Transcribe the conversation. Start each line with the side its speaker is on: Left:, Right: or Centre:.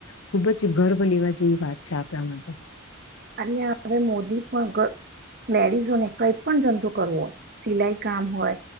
Left: ખુબ જ ગર્વ લેવા જેવી વાત છે આપણા માટે.
Right: અને હવે મોદી દી પણ લેડીઝોને કઈ પણ ધંધો કરવો હોય સિલાઈ કામ હોય